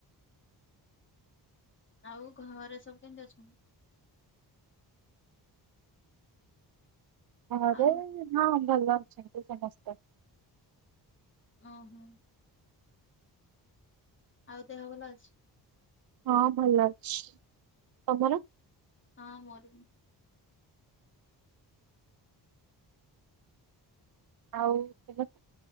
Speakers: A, on the left; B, on the right.
A: ଆଉ ଘରେ ସବୁ କେମିତି ଅଛନ୍ତି?
B: ଘରେ
A: ଆଉ
B: ହଁ ଭଲ ଅଛନ୍ତି ସମସ୍ତେ।
A: ଓ ହଁ। ଆଉ ଦେହ ଭଲ ଅଛି?
B: ହଁ ଭଲ ଅଛି। ତୋମର?
A: ହଁ ମୋର ବିି।
B: ଆଉ ତୋମ